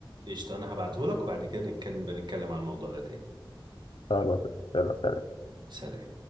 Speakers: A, on the right (about 60°); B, on the left (about 80°).
A: قشطة أنا هبعتهولك وبعد كده نتكلم بنتكلم عن الموضوع ده تاني
B: خلاص يلا سلام
A: سلام